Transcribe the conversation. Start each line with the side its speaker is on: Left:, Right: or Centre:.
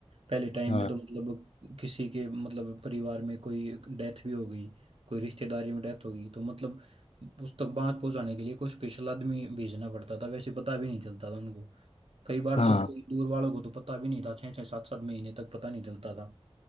Right: पहले टाइम
Left: <laughs> हाँ
Right: में तो मतलब किसी के मतलब परिवार में कोई डेथ भी हो गई कोई रिश्तेदारी में डेथ हो गई तो मतलब उस तक बात पहुंचाने के लिए कोई स्पेशल आदमी भेजना पड़ता था वैसे पता भी नहीं चलता था उनको कई बार
Left: हाँ
Right: तो कई दूर वालों को तो पता भी नहीं था छः छः सात सात महीने तक पता नहीं चलता था